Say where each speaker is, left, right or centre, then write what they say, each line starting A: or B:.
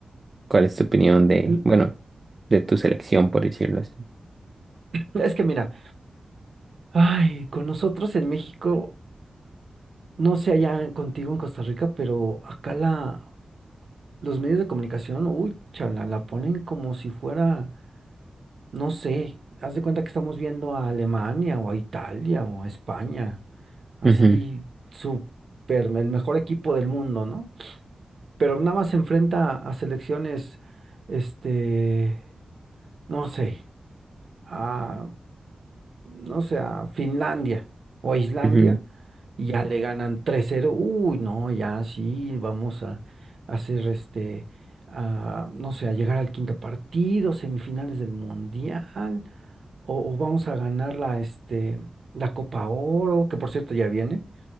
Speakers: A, on the right; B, on the right.
A: cuál es tu opinión de,
B: L-
A: bueno? de tu selección, por decirlo así.
B: Es que mira, ay, con nosotros en México, no sé allá contigo en Costa Rica, pero acá la, los medios de comunicación, uy, chala, la ponen como si fuera, no sé, haz de cuenta que estamos viendo a Alemania o a Italia o a España, así
A: Ujú,
B: súper, el mejor equipo del mundo, ¿no? Pero nada más se enfrenta a selecciones, este, no sé, a, no sé, a Finlandia o a Islandia
A: ujú,
B: y ya le ganan tres cero Uy, no, ya sí, vamos a hacer este, a, no sé, a llegar al quinto partido, semifinales del Mundial, o, o vamos a ganar la, este, la Copa Oro, que por cierto ya viene.